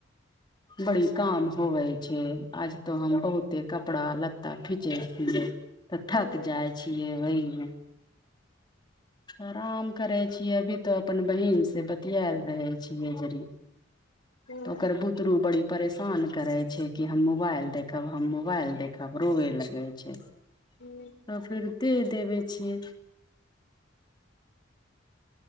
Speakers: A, on the left; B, on the left.
A: बड़ी काम होवै छै आज तो हम बहुते कपड़ा लत्ता खिचै छियै तऽ थक
B: ह
A: जाइ छियै ओहीमे
B: <inaudible>
A: आराम करै छियै अभी तो अपन बहिन से बतियाल रहे छियै जड़ि
B: ह
A: तऽ ओकर बु बुदरू बड़ी परेशान करे छै कि हम मोबाइल देखब हम मोबाइल देखब रोवे लगै छै
B: हूँ
A: तऽ फेरि दे देबे छियै